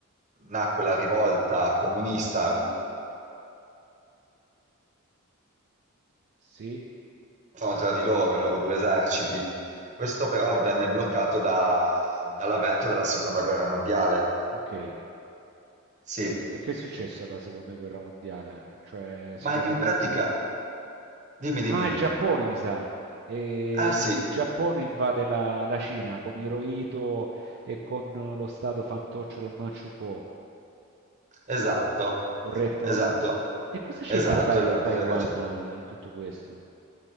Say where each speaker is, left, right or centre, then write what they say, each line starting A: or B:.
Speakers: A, on the right (about 35°); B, on the right (about 50°).
A: nacque la rivolta comunista
B: Sì,
A: tra di loro, i loro due eserciti. Questo però venne bloccato da- dall'avvento della seconda guerra mondiale.
B: ok.
A: Sì,
B: E, e che è successo alla seconda guerra mondiale? Cioè, si
A: ma
B: capovolgono.
A: in pratica, dimmi, dimmi.
B: Ah, il Giappone, mi sa. E
A: Ah sì,
B: il Giappone invade la, la Cina con Hirohito e con lo stato fantoccio del Manchukuo,
A: esatto,
B: corretto?
A: esatto,
B: E cosa c'entra
A: esatto,
B: Tai-
A: esatto,
B: Taiwan
A: hai ragione.
B: eh, in tutto questo?